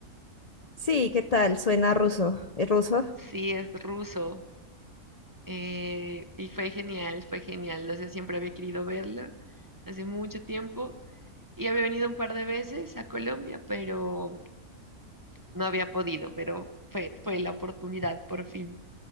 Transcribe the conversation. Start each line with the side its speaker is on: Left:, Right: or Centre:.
Left: Sí, ¿qué tal? Suena ruso. ¿Es ruso?
Right: Sí, es ruso. eh, y fue genial, fue genial. O sea, siempre había querido verlo hace mucho tiempo. Y había venido un par de veces a Colombia, pero no había podido. Pero fue, fue la oportunidad por fin.